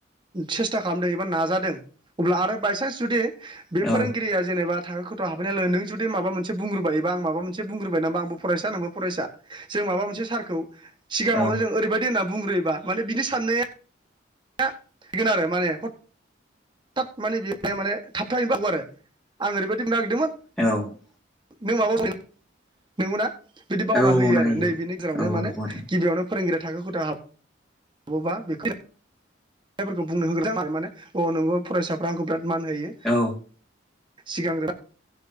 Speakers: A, on the right; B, in the centre.
A: सेस्था खालामदों एबा नाजादों अब्ला आरो बायसान्स जुदि बे
B: औ
A: फोरोंगिरिया जेनेबा थाखो खथा हाबैनाय लोगो नों जुदि माबा मोनसे बुंग्रोबाय एबा आं माबा मोनसे बुंग्रोबाय नामा आं बो फरायसा नोंबो फरायसा जों माबा मोनसे‌‌ सारखौ सिगाङावनो‌
B: औ
A: जों ओरैबादि होनना बुंग्रोयोबा माने बिनि साननाया <unintelligible> गोन आरो माने थाब माने लिरनाया माने थाबथाहैनोबो हागौ आरो आं ओरैबायदि बुंनो नागिरदोंमोन
B: औ ।
A: नों माबा <unintelligible> नोंगौना । बिदि बावना
B: औ
A: होयो
B: नायो
A: आरो नैबेनि गेजेरावनो
B: औ
A: माने
B: नंगौ आदा
A: गिबियावनो फोरोंगिरि थाखो खथायाव हाबोबा बेखौ जायफोरखौ बुंनो होग्रोदों आरो माने अ नोंगौ फरायसाफ्रा आंखौ बिराद मान होयो ।
B: औ
A: सिगांग्रो